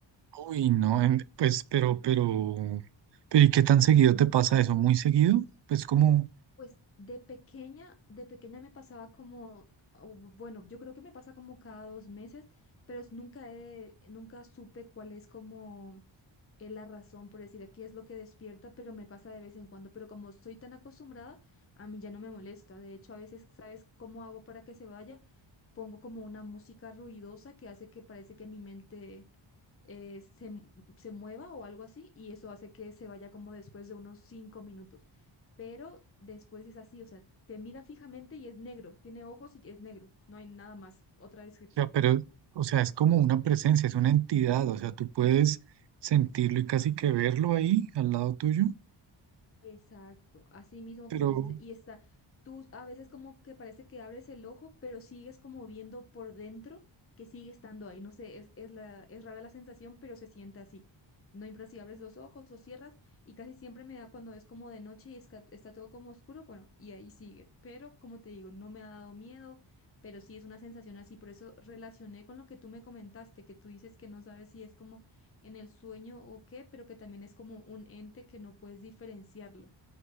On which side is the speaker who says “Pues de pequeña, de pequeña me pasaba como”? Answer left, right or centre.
Left